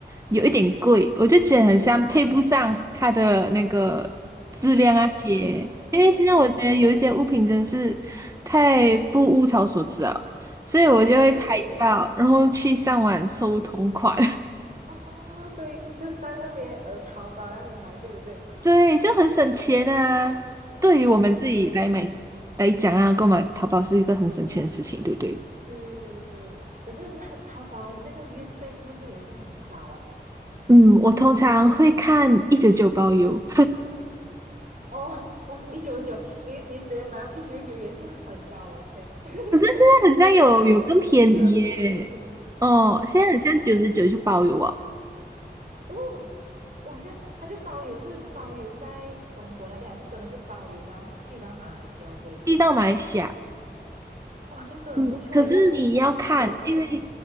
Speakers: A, on the right; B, on the right.
A: 有一点贵，我就觉得很像配不上它的那个质量啊些，
B: 对对对对对，
A: 因为现在我觉得有一些物品真是太不物超所值了，所以我就会拍照，
B: 是
A: 然后去上网搜同款，
B: 哦，对，就上那些呃淘宝那些买，对不对？
A: <laughs> 对，就很省钱啊。对于我们自己来买来讲啊，
B: 哦，
A: 购买淘宝是一个很省钱的事情，对不对？
B: 对对对，可是那淘宝那个运费是不是也是很高啊？
A: 嗯，我通常会看一九九包邮，
B: 哦，哦，一九九，你你直接买一九九也是很高，我的天，<laughs>
A: 可是现在很像有有更便宜耶，
B: 可是就巨很多，是不是？
A: 哦，
B: 哦，
A: 现在很像九十九就包邮哦，
B: 哦，哇，这样他就包邮，是包邮在中国那边，还是真的是包邮，然后寄到马来西亚这里？
A: 寄到马来西亚。
B: 哇，这样真的很不错耶，
A: 嗯，可是你要看，
B: 这样我我
A: 因为